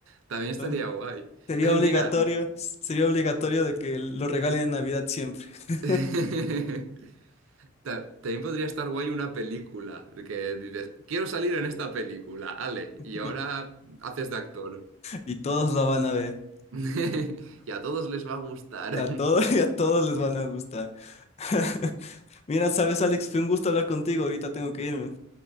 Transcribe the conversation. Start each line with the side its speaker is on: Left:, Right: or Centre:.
Right: También
Left: Entonces,
Right: estaría guay.
Left: sería
Right: Ay,
Left: obligatorio,
Right: mira,
Left: sería obligatorio de que lo regalen en Navidad siempre. <laughs>
Right: <laughs> ta- también podría estar guay una película, de que dices, quiero salir en esta película, Ale,
Left: Y,
Right: y ahora haces de actor.
Left: y todos lo van a ver.
Right: <laughs> Y a todos les va a gustar.
Left: A
Right: <laughs>
Left: todos <laughs> y a todos les van a gustar. <laughs> Mira, sabes, Alex, fue un gusto hablar contigo. Ahorita tengo que irme.